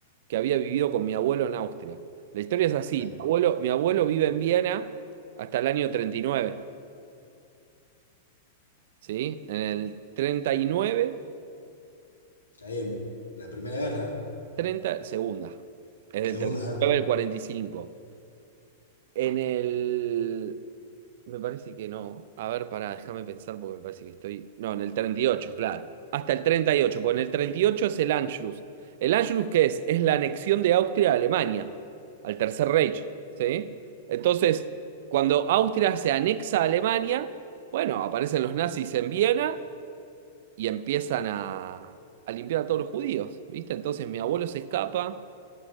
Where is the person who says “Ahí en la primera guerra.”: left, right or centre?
Left